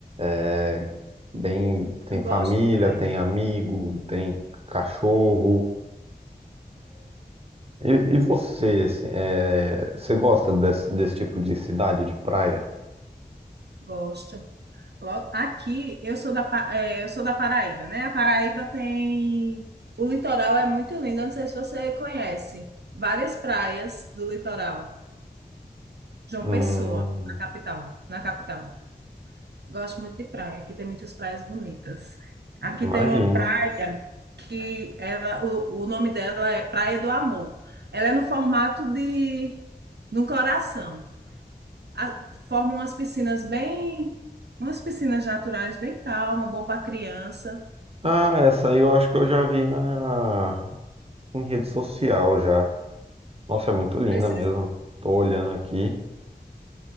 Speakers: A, on the right (about 35°); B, on the right (about 75°).
A: É Bem, tem
B: Eu
A: família,
B: gosto de praia.
A: tem amigo, tem cachorro. E, e você, assim, é, você gosta desse, desse tipo de cidade, de praia?
B: Gosto. Logo, aqui eu sou da, Pa- eh, eu sou da Paraíba, né? A Paraíba tem. O litoral é muito lindo. Eu não sei se você conhece. Várias praias do litoral. João
A: Hum,
B: Pessoa, na capital, na capital. Gosto muito de praia. Aqui tem muitas praias bonitas. Aqui
A: imagino.
B: tem uma praia que ela, o, o nome dela é Praia do Amor. Ela é no formato de, de um coração. A- forma umas piscinas bem, umas piscinas naturais bem calma, bom para criança.
A: Ah, essa aí eu acho que eu já vi na em rede social já. Nossa, é muito linda
B: Precisa,
A: mesmo. Tô olhando aqui.